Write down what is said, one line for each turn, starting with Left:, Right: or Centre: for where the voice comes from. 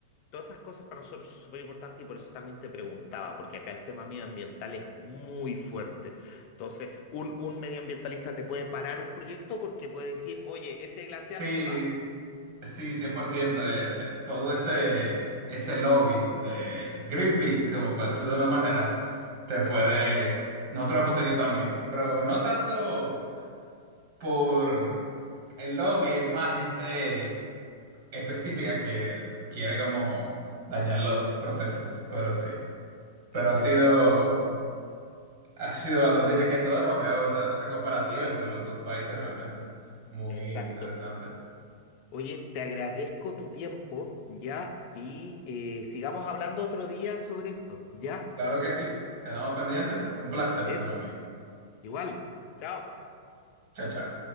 Left: todas esas cosas para nosotros son súper importantes y por eso también te preguntaba, porque acá el tema medioambiental es muy fuerte. Entonces, un, un medioambientalista te puede parar un proyecto porque puede decir, oye, ese glaciar
Right: Sí,
Left: se va.
Right: Sí, 100%, de, de todo ese, ese lobby de Greenpeace, como por decirlo de una manera, te puede,
Left: Exacto,
Right: nosotros lo hemos tenido también, pero no tanto por el lobby, es más gente específica que quiere como dañar los procesos, pero sí, pero
Left: exactamente.
Right: ha sido, ha sido bastante enriquecedora, veo esa, esa comparativa entre los dos países realmente, muy
Left: Exacto.
Right: interesante.
Left: Oye, te agradezco tu tiempo, ¿ya? Y eh, sigamos hablando otro día sobre esto, ¿ya?
Right: Claro que sí, quedamos pendientes, un placer
Left: Eso,
Right: para mí.
Left: igual. Chao.
Right: Chao, chao.